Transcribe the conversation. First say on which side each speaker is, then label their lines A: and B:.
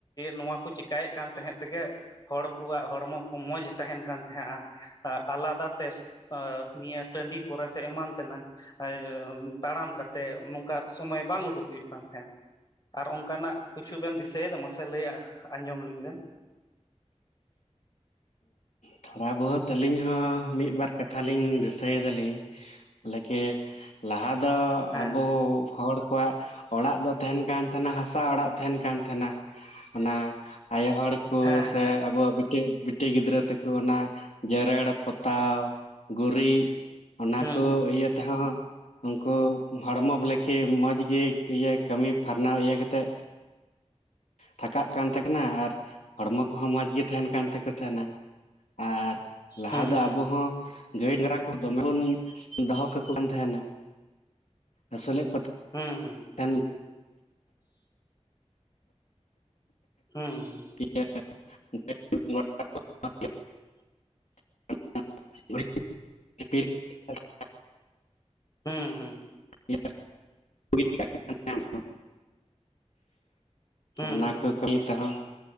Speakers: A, on the left; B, on the left.
A: ᱱᱚᱣᱟ ᱠᱚ ᱪᱤᱠᱟᱹᱭᱮᱫ ᱠᱟᱱ ᱛᱟᱦᱮᱸᱫ ᱛᱮ ᱜᱮ, ᱦᱚᱲ ᱠᱚᱣᱟᱜ ᱦᱚᱲᱢᱚ ᱠᱚ ᱢᱚᱡᱽ ᱛᱟᱦᱮᱱ ᱠᱟᱱ ᱛᱟᱦᱮᱸᱜᱼᱟ᱾ ᱟᱞᱟᱫᱟ ᱛᱮ ᱚ ᱱᱤᱭᱟᱹ ᱴᱟᱸᱰᱤ ᱠᱚ ᱨᱮ ᱥᱮ ᱮᱢᱟᱱ ᱛᱮᱱᱟᱝ᱾ ᱟᱻ ᱛᱟᱲᱟᱢ ᱠᱟᱛᱮ ᱱᱚᱝᱠᱟ ᱥᱚᱢᱚᱭ ᱵᱟᱝ ᱩᱰᱩᱠ ᱦᱩᱭᱩᱜ ᱠᱟᱱ ᱛᱟᱦᱮᱸᱜᱼᱟ᱾ ᱟᱨ ᱚᱱᱠᱟᱱᱟᱜ ᱠᱩᱪᱷᱩ ᱵᱮᱱ ᱫᱤᱥᱟᱹᱭᱮᱫᱟ ᱢᱟᱥᱮ ᱞᱟᱹᱭ ᱟᱸᱡᱚᱢ ᱞᱤᱧ ᱵᱮᱱ᱾
B: ᱛᱷᱚᱲᱟ ᱵᱚᱦᱚᱛ ᱟᱹᱞᱤᱧ ᱦᱚᱸ ᱢᱤᱫᱵᱟᱨ ᱠᱟᱛᱷᱟ ᱞᱤᱧ ᱫᱤᱥᱟᱹ ᱭᱮᱫᱟᱞᱤᱧ᱾ ᱞᱮᱠᱮ ᱞᱟᱦᱟ ᱫᱚ
A: ᱦᱮᱸ
B: ᱟᱵᱚ ᱦᱚᱲ ᱠᱚᱣᱟᱜ ᱚᱲᱟᱜ ᱫᱚ ᱛᱟᱦᱮᱱ ᱠᱟᱱ ᱛᱟᱦᱮᱱᱟ, ᱦᱟᱥᱟ ᱚᱲᱟᱜ ᱛᱟᱦᱮᱱ ᱠᱟᱱ ᱛᱟᱦᱮᱱᱟ᱾ ᱚᱱᱟ ᱟᱭᱚ ᱦᱚᱲ ᱠᱚ
A: ᱦᱮᱸ
B: ᱥᱮ
A: ᱦᱮᱸ
B: ᱟᱵᱚᱣᱟᱜ ᱵᱤᱴᱤ ᱵᱤ ᱴᱤ ᱜᱤᱫᱽᱨᱟᱹ ᱛᱮᱠᱚ ᱚᱱᱟ, ᱡᱮᱨᱮᱲ ᱯᱚᱛᱟᱣ, ᱜᱩᱨᱤᱡ ᱚᱱᱟ
A: ᱦᱩᱸ
B: ᱠᱩ
A: ᱦᱩᱸ
B: ᱤᱭᱟᱹ ᱛᱮᱦᱚᱸ ᱩᱱᱠᱩ ᱦᱚᱲᱢᱚ ᱵᱚᱞᱮᱠᱤ ᱢᱚᱡᱽ ᱜᱤ ᱤᱭᱟᱹ ᱠᱟᱹᱢᱤ ᱯᱷᱟᱨᱱᱟ ᱤᱭᱟᱹ ᱠᱟᱛᱮᱜ ᱛᱷᱟᱠᱟᱜ ᱠᱟᱱ ᱛᱟᱠᱤᱱᱟ ᱟᱨ, ᱦᱚᱲᱢᱚ ᱠᱚᱦᱚᱸ ᱢᱚᱸᱡᱽ ᱜᱮ ᱛᱟᱦᱮᱱ ᱠᱟᱱ ᱛᱟᱠᱩ ᱛᱟᱦᱮᱱᱟ᱾ ᱟᱨ ᱞᱟᱦᱟ
A: ᱦᱩᱸ
B: ᱫᱚ
A: ᱦᱩᱸ
B: ᱟᱵᱚ ᱦᱚᱸ ᱜᱟᱹᱭ ᱰᱟᱝᱨᱟ ᱠᱚ ᱫᱚᱢᱮ ᱵᱚᱱ ᱫᱚᱦᱚ ᱠᱟᱠᱩ ᱠᱟᱱ ᱛᱟᱦᱮᱱᱟ, ᱟᱹᱥᱩᱞᱮᱫ ᱠᱚ
A: ᱦᱩᱸ ᱦᱩᱸ
B: ᱛᱟᱦᱮᱱ
A: ᱦᱩᱸ ᱦᱩᱸ
B: ᱦᱮᱸ <inaudible> <inaudible>
A: ᱦᱩᱸ ᱦᱩᱸ
B: <inaudible>
A: ᱦᱩᱸ ᱦᱩᱸ
B: ᱚᱱᱟ
A: ᱦᱩᱸ
B: ᱠᱩ ᱠᱟᱹᱢᱤ ᱛᱮᱦᱚᱸ,